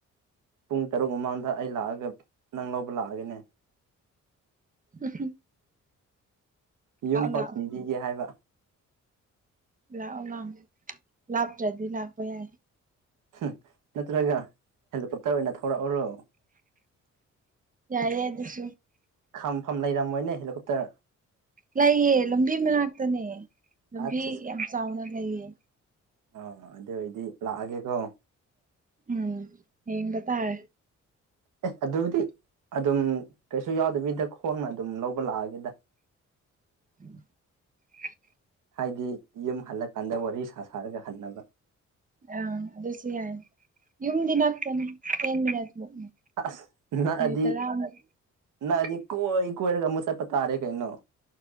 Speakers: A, on the right; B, on the right.
A: ꯄꯨꯡ ꯇꯔꯨꯛ ꯃꯃꯥꯡꯗ ꯑꯩ ꯂꯥꯛꯑꯒ ꯅꯪ ꯂꯧꯕ ꯂꯥꯛꯑꯒꯅꯦ
B: <unintelligible> ꯂꯥꯛꯑꯣ
A: ꯌꯨꯝ ꯐꯥꯎ
B: ꯂꯥꯛꯑꯣ
A: ꯊꯤꯟꯕꯤꯒꯦ ꯍꯥꯏꯕ
B: ꯂꯥꯛꯑꯣ ꯂꯥꯛꯑꯣ ꯂꯥꯞꯇ꯭ꯔꯗꯤ ꯂꯥꯛꯄ ꯌꯥꯏ
A: <unintelligible> ꯅꯠꯇ꯭ꯔꯒ ꯍꯦꯂꯤꯀꯣꯞꯇꯔ ꯑꯣꯏꯅ ꯊꯧꯔꯛꯎꯔꯣ
B: ꯌꯥꯏꯌꯦ ꯑꯗꯨꯁꯨ
A: ꯈꯥꯝꯐꯝ ꯂꯩꯔꯝꯃꯣꯏꯅꯦ ꯍꯦꯂꯤꯀꯣꯞꯇꯔ
B: ꯂꯩꯌꯦ ꯂꯝꯕꯤ ꯃꯅꯥꯛꯇꯅꯦ ꯂꯝꯕꯤ
A: ꯑꯠꯆꯥ
B: ꯌꯥꯝ ꯆꯥꯎꯅ ꯂꯩꯌꯦ
A: ꯑꯥ ꯑꯗꯨ ꯑꯣꯏꯗꯤ ꯂꯥꯛꯑꯒꯦꯀꯣ
B: ꯎꯝ ꯌꯦꯡꯕ ꯇꯥꯔꯦ
A: ꯑꯦ ꯑꯗꯨꯗꯤ ꯑꯗꯨꯝ ꯀꯩꯁꯨ ꯌꯥꯎꯗꯕꯤꯗ ꯈꯣꯡꯅ ꯑꯗꯨꯝ ꯂꯧꯕ ꯂꯥꯛꯑꯒꯦꯗ
B: <unintelligible> <inaudible>
A: ꯍꯥꯏꯗꯤ ꯌꯨꯝ ꯍꯜꯂꯀꯥꯟꯗ ꯋꯥꯔꯤ ꯁꯥ ꯁꯥꯔꯒ ꯍꯟꯅꯕ
B: <unintelligible> ꯑꯗꯨꯁꯨ ꯌꯥꯏ ꯌꯨꯝꯗꯤ ꯅꯛꯀꯅꯤ ꯇꯦꯟ ꯃꯤꯅꯠ ꯃꯨꯛꯅꯤ
A: ꯑꯁ ꯅꯛꯑꯗꯤ
B: ꯃꯤꯅꯤꯠ ꯇꯔꯥꯃꯨꯛ
A: ꯅꯛꯑꯗꯤ ꯀꯣꯏ ꯀꯣꯏꯔꯒ ꯃꯨꯊꯠꯄ ꯇꯥꯔꯦ ꯀꯩꯅꯣ